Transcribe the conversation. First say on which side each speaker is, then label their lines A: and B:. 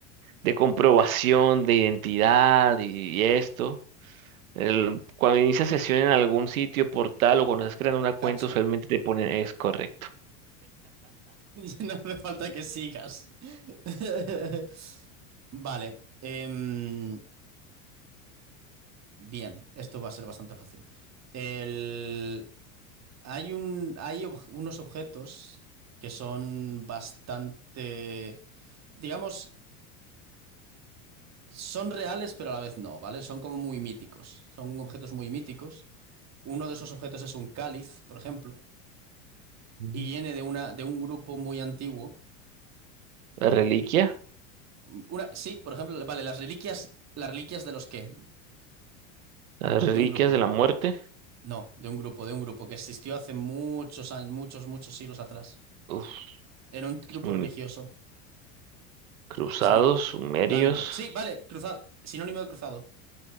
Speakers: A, on the right; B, on the right.
A: de comprobación, de identidad y, y esto. El- cuando inicias sesión en algún sitio, portal o cuando estás creando una cuenta,
B: Cacha.
A: usualmente te ponen es correcto.
B: <laughs> No hace falta que sigas. <laughs> Vale. em, Bien, esto va a ser bastante fácil. El- Hay un... Hay ob- unos objetos que son bastante, digamos, son reales, pero a la vez no, ¿vale? Son como muy míticos. Son objetos muy míticos. Uno de esos objetos es un cáliz, por ejemplo,
A: <laughs>
B: y viene de una, de un grupo muy antiguo.
A: La reliquia,
B: Una, sí, por ejemplo, vale, las reliquias, las reliquias de los qué,
A: las reliquias
B: de un grupo.
A: de la muerte,
B: No, de un grupo, de un grupo que existió hace muchos años, muchos, muchos siglos atrás.
A: uf,
B: Era un grupo
A: mm,
B: religioso.
A: cruzados,
B: San-
A: sumerios,
B: santo. Sí, vale, cruzado. Sinónimo de cruzado.